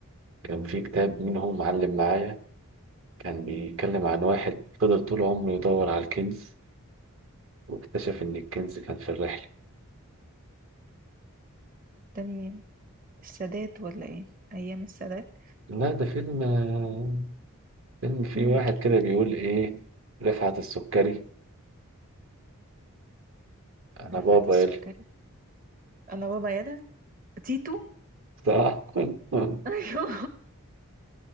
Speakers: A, on the right; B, on the right.
A: كان في كتاب منهم معلم معايا كان بيتكلم عن واحد فضل طول عمره يدور على الكنز واكتشف إن الكنز كان في الرحلة
B: ده مين السادات ولا ايه ايام السادات
A: لا ده فيلم آه، فيلم فيه
B: مم.
A: واحد كده بيقول ايه رفعت السكري انا
B: رفعت
A: بابا
B: السكري
A: يلا
B: انا بابا يدا تيتو
A: صح <laughs>
B: ايوه